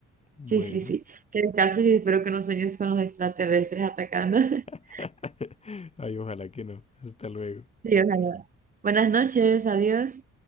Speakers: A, on the left; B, on the right.
A: Bueno,
B: Sí, sí, sí. Que descanses y espero que no sueñes con los extraterrestres atacando. <laughs>
A: <laughs> ay, ojalá que no. Hasta luego.
B: Sí, ojalá. Buenas noches, adiós.